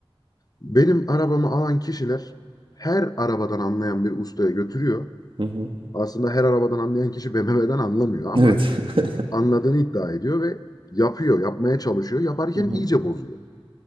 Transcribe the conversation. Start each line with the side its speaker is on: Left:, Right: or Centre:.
Left: benim arabamı alan kişiler her arabadan anlayan bir ustaya götürüyor.
Right: Hı hı.
Left: Aslında her arabadan anlayan kişi BMW'den anlamıyor ama
Right: Evet. <laughs>
Left: anladığını iddia ediyor ve yapıyor, yapmaya çalışıyor. Yaparken
Right: Hı hı.
Left: iyice bozuyor.